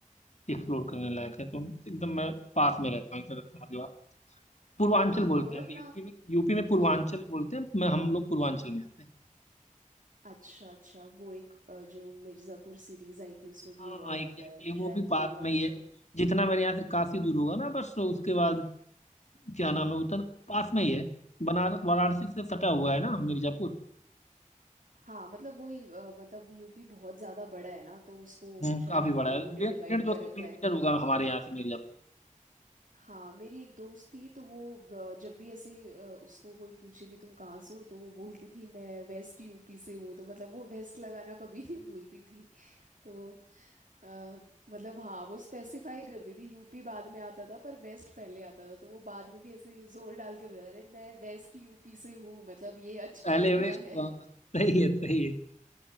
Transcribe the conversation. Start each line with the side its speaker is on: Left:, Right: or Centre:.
Left: एक्सप्लोर करने लायक है तो एकदम मैं पास में रहता हूँ एक तरह से समझ लो आप पूर्वांचल
Right: हाँ
Left: बोलते
Right: गोरखनाथ
Left: हैं हम यूपी में यूपी में पूर्वांचल
Right: अच्छा
Left: बोलते हैं मैं हम लोग पूर्वांचल में आते हैं
Right: अच्छा अच्छा वो एक अ, जो मिर्ज़ापुर सीरीज आई थी उसमें भी
Left: हाँ
Right: ये वर्ड
Left: एग्जैक्टली
Right: आता है
Left: वो
Right: शायद
Left: भी पास
Right: पूर्वांचल
Left: में ही है जितना मेरे यहाँ से काशी दूर होगा ना बस तो उसके बाद क्या नाम है उतना पास में ही है बनारस वाराणसी से सटा हुआ है ना मिर्जापुर
Right: हाँ मतलब वही अ, मतलब यूपी बहुत ज्यादा बड़ा है ना तो उसको
Left: हम्म
Right: शायद
Left: काफी बड़ा
Right: लोगों
Left: है
Right: ने
Left: डेढ़
Right: डिवाइड
Left: डेढ़ दो
Right: कर
Left: सौ
Right: रखा
Left: किलोमीटर
Right: है
Left: होगा हमारे यहाँ से मिर्जापुर
Right: हाँ मेरी एक दोस्त थी तो वो अ, जब भी ऐसे अ, उसको कोई पूछे कि तुम कहाँ से हो तो वो बोलती थी मैं वेस्ट यूपी से हूँ तो मतलब वो वेस्ट लगाना कभी नहीं भूलती थी तो अ, मतलब हाँ वो स्पेसिफाई करती थी यूपी बाद में आता था पर वेस्ट पहले आता था तो वो बाद में भी ऐसे जोर डाल के बता रहे मैं वेस्ट यूपी से हूँ मतलब ये अच्छा
Left: पहले
Right: एरिया
Left: वेस्ट
Right: है
Left: हुआ सही है सही है